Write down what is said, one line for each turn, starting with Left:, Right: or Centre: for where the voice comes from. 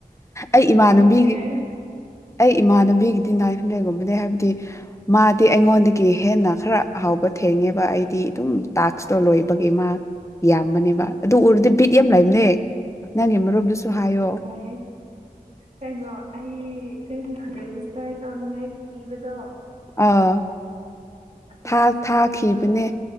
Left: ꯑꯩ
Right: ꯅꯨꯡꯉꯥꯏꯌꯦ
Left: ꯏꯃꯥꯟꯅꯕꯤꯒꯤ
Right: ꯑꯩ
Left: ꯑꯩ ꯏꯃꯥꯟꯅꯕꯤꯒꯤꯗꯤ ꯅꯥꯏꯟ ꯍꯟꯗ꯭ꯔꯦꯗꯒꯨꯝꯕꯅꯦ ꯍꯥꯏꯕꯗꯤ ꯃꯥꯗꯤ ꯑꯩꯉꯣꯟ ꯒꯤ ꯍꯦꯟꯅ ꯈꯔ ꯑ ꯍꯥꯎꯕ ꯊꯦꯡꯉꯦꯕ ꯑꯩꯗꯤ ꯑꯗꯨꯝ ꯇꯥꯛꯁꯇꯣ ꯂꯣꯏꯕꯒꯤ ꯃꯥ ꯌꯥꯝꯕꯅꯦꯕ ꯑꯗꯨ ꯎꯔꯗꯤ ꯕꯤꯠ ꯌꯥꯝ ꯂꯩꯕꯅꯦ ꯅꯪꯒꯤ ꯃꯔꯨꯞꯗꯨꯁꯨ
Right: ꯑꯁ
Left: ꯍꯥꯏꯌꯣ
Right: ꯀꯩꯅꯣ ꯑꯩ ꯀꯩꯅꯣ ꯏꯇꯥꯏ ꯇꯥꯎꯅꯤꯡꯉꯥꯏ ꯄꯤꯕꯗꯣ
Left: ꯑꯥ
Right: ꯑꯗꯨꯁꯨ ꯁꯦꯝꯕꯤꯌꯣ
Left: ꯊꯥꯈꯤꯕꯅꯦ